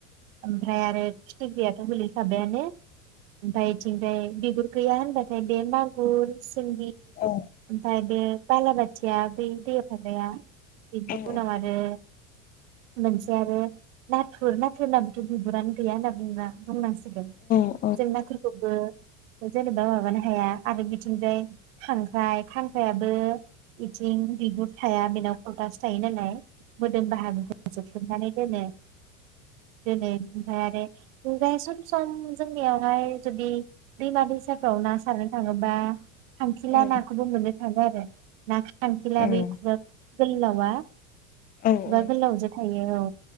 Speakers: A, on the right; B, on the left.
A: ओमफ्राय
B: औ
A: आरो फि थिख्रियाथ' गोलैखाबायानो। ओमफाय इथिंजाय बिगुर गैया होनबा ओमफ्राय बे मागुर, सिंगि
B: औ
A: ओमफाय बे बालाबाथिया बै दैयाव थाग्राया बेनि
B: औ
A: उनाव आरो मोनसे आरो नाथुर ना थुरनाबोथ' बिबुरानो गैया होनना बुङोना बुंनांसि सिगोन
B: औ
A: जों नाथुरखौबो जेनेबा माबानो हाया आरो बिथिंजाय खांख्राइ खांख्रायाबो बिथिं बिगुर थाया बेनाव कलथासो थायो नालाय। मोदोम बाहागोखौ जोख्लोबनानै दोनो। दोनो बिनिफाय आरो मुगाया सम सम जोंनियावहाय जुदि दैमा दैसाफ्राव ना सारनो थाङोबा खांखिला
B: औ
A: नाखौबो मोनो। मोनो आरो ना खां खांखिला
B: औ
A: बे खुगा गोल्लावा
B: औ
A: एबा
B: औ
A: गोलाव जे थायो औ